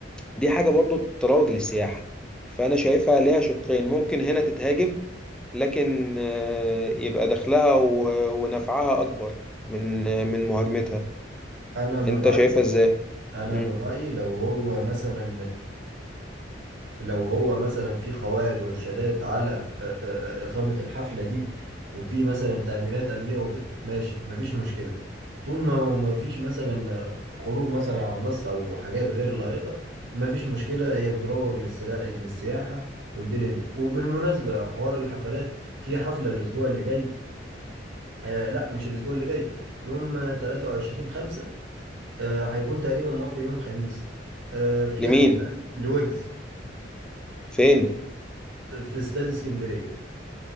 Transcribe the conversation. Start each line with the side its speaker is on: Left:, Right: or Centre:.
Centre: دي حاجة برضو تروج للسياحة فأنا شايفها ليها شقين ممكن هنا تتهاجم لكن آه، يبقى دخلها و- ونفعها أكبر من آه، من مهاجمتها
Right: انا من
Centre: أنت
Right: رأيي
Centre: شايفها إزاي؟
Right: انا
Centre: مم.
Right: من رأيي لو هو مثلا لو هو مثلا في قواعد وارشادات على آه، آه، آه، إقامة الحفلة دي وفي مثلا تأمينات أمنية وبتاع ماشي مفيش مشكلة طول ما مفيش مثلا آه، خروج مثلا عن النص أو حاجات غير لائقة مفيش مشكلة هي بتروج للسرا- للسياحة والدنيا دي وبالمناسبة حوار الحفلات في حفلة الأسبوع اللي جاي آه لا مش الأسبوع اللي جاي يوم آه، 23 5 آه هيكون تقريبا موافق يوم خميس آه في
Centre: لمين؟
Right: حفلة لويجز
Centre: فين؟
Right: في استاد اسكندريه